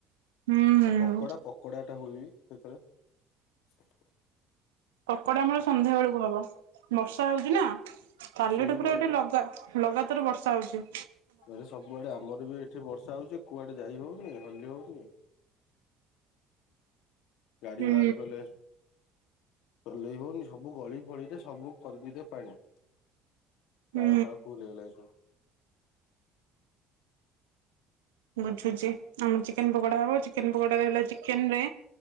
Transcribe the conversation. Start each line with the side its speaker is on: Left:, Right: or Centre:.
Right: ହୁଁ ହୁଁ।
Left: ଆଉ ପକୋଡା ପକୋଡା ଟା ହୁଏବି ସେଥିରେ
Right: କକଡାମୂଳ ସନ୍ଧ୍ୟା ବେଳକୁ ହବ ବର୍ଷା ହଉଛି ନା କାଲି
Left: ସିଏ
Right: ଠୁ
Left: ବି
Right: ଏଠି ପୁରା
Left: ବ
Right: ଲଗା ଲଗାତାର ବର୍ଷା ହେଉଛି।
Left: ଆରେ ସବୁଆଡେ ଆମର ବି ଏଠି ବର୍ଷା ହଉଛି କୁଆଡେ ଯାଇ ହଉନି ହଲି ହଉନି। ଗାଡି
Right: ହୁଁ
Left: ବାହାର କଲେ ଚଲେଇ ହଉନି ସବୁ ଗଳି ଫଳିରେ ସବୁ ପର୍ବିରେ ପାଣି।
Right: ହୁଁ।
Left: ଡାଳ ଫାଳ ଫୁଲ ହେଇଗଲାଣି ସବୁ।
Right: ବୁଝୁଛି, ଆମ ଚିକେନ ପକୋଡା ହବ, ଚିକେନ ପକୋଡାରେ ହେଲା, ଚିକେନ ରେ